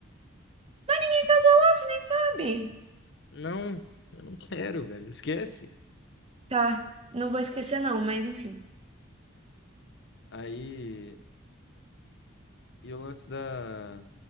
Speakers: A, on the right; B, on the left.
A: Quem casou lá, você nem sabe.
B: Não, eu não quero, velho. Esquece.
A: Tá, não vou esquecer não, mas enfim.
B: Aí. E o lance da.